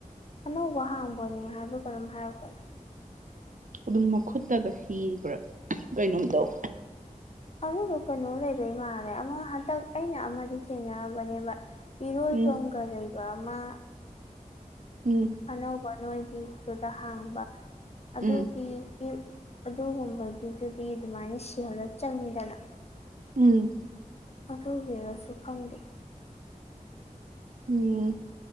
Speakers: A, on the left; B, on the right.
A: ꯑꯅꯧꯕ ꯍꯥꯡꯕꯅꯦ ꯍꯥꯏꯕꯔ ꯀꯩꯅꯣꯝ ꯍꯥꯏꯔꯛꯄꯅꯦ
B: ꯑꯗꯨꯝ ꯃꯈꯨꯠꯇꯒ ꯁꯤꯕ꯭ꯔꯥ ꯀꯩꯅꯣꯝ ꯇꯧ
A: ꯑꯗꯨꯕꯨ ꯀꯩꯅꯣ ꯂꯩꯕꯩ ꯃꯥꯜꯂꯦ ꯑꯃ ꯍꯟꯇꯛ ꯑꯩꯅ ꯑꯃꯗꯤ ꯊꯦꯡꯅꯔꯕꯅꯦꯕ ꯏꯔꯣꯏꯕꯝꯒ
B: ꯎꯝ
A: ꯂꯩꯕꯃ
B: ꯎꯝ
A: ꯑꯅꯧꯕ ꯅꯣꯏꯒꯤꯗꯨꯗ ꯍꯥꯡꯕ ꯑꯗꯨꯒꯤ
B: ꯎꯝ
A: ꯒꯤ ꯑꯗꯨꯒꯨꯝꯕꯒꯤꯇꯨꯗꯤ ꯑꯗꯨꯃꯥꯏꯅ ꯁꯤꯍꯜꯂ ꯆꯪꯉꯤꯗꯅ
B: ꯎꯝ
A: ꯑꯗꯨ ꯒꯤꯔꯁꯨ ꯈꯪꯗꯦ
B: ꯎꯝ